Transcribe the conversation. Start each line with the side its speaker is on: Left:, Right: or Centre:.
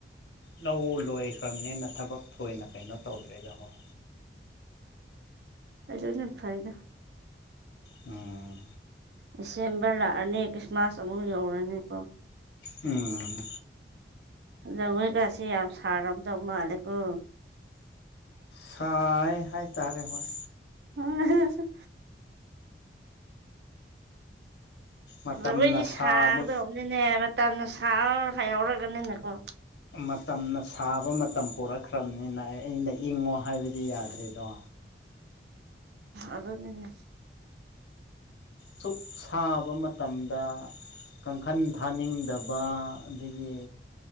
Left: ꯂꯧ ꯂꯣꯏ ꯈ꯭ꯔꯕꯅꯦꯅ ꯊꯕꯛ ꯊꯣꯏꯅ ꯀꯩꯅꯣ ꯇꯧꯗ꯭ꯔꯦꯗ ꯍꯣꯏ
Right: ꯑꯗꯅ ꯈꯥꯏꯔꯗ
Left: ꯑ
Right: ꯗꯤꯁꯦꯝꯕꯔ ꯂꯥꯛꯑꯅꯤ ꯈ꯭ꯔꯤꯁꯃꯥꯁ ꯑꯃꯨꯛ ꯌꯧꯔꯅꯤꯀꯣ
Left: ꯎꯝ
Right: ꯂꯧꯣꯏꯀꯁꯤ ꯌꯥꯝ ꯁꯥꯔꯝꯗꯧ ꯃꯥꯜꯂꯦꯀꯣ
Left: ꯁꯥꯏ ꯍꯥꯏꯇꯥꯔꯦ ꯍꯣꯏ
Right: ꯑ
Left: ꯃꯇꯝꯅ
Right: ꯂꯣꯏꯗꯤ ꯁꯥꯒꯗꯧꯕꯅꯤꯅꯦ
Left: ꯁꯥꯕ
Right: ꯃꯇꯝꯅ ꯁꯥ ꯌꯥꯎꯔꯒꯅꯤꯅꯀꯣ
Left: ꯃꯇꯝꯅ ꯁꯥꯕ ꯃꯇꯝ ꯄꯔꯛꯈ꯭ꯔꯕꯅꯤꯅ ꯑꯩ ꯑ ꯂꯩ ꯏꯪꯉꯣ ꯍꯥꯏꯕꯗꯤ ꯌꯥꯗ꯭ꯔꯦꯗꯣ
Right: ꯑꯗꯨꯗꯅꯦ
Left: ꯁꯨꯛ ꯁꯥꯕ ꯃꯇꯝꯗ ꯀꯥꯡꯈꯜ ꯊꯥꯅꯤꯡꯗꯕ ꯑꯗꯒꯤ